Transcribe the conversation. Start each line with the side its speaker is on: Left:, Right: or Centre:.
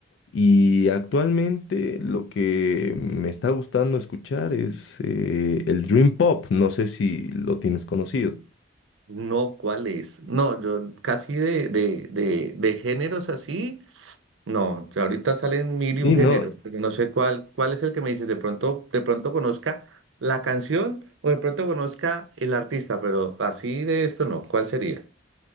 Left: Y actualmente lo que me está gustando escuchar es eh, el Dream Pop. No sé si lo tienes conocido.
Right: no, ¿cuál es? No, yo casi de, de, de, de géneros así, no, ya ahorita salen mil
Left: Sí,
Right: y un géneros,
Left: no.
Right: pero no sé cuál, cuál es el que me dices, de pronto, de pronto conozca la canción o de pronto conozca el artista, pero así de esto no, ¿cuál sería?